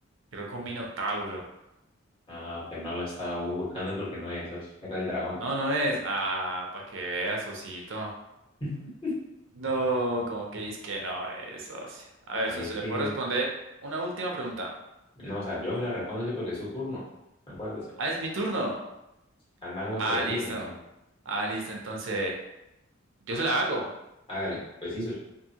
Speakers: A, on the right; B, on the left.
A: Creo que un minotauro.
B: Ah, pues no la estaba buscando porque no es eso, era el dragón.
A: No, no es. Ah, para que veas, socito.
B: <laughs>
A: No, como que dices que no es, socio. A ver,
B: A
A: socio,
B: mí
A: ¿le
B: que,
A: puedo responder una última pregunta?
B: no, o sea, yo la respondo así porque es su turno, acuérdese.
A: Ah, es mi turno.
B: Anda como
A: Ah,
B: perdidos,
A: listo.
B: o sea,
A: Ah, listo, entonces yo se la hago.
B: hágale, pues sí, socio.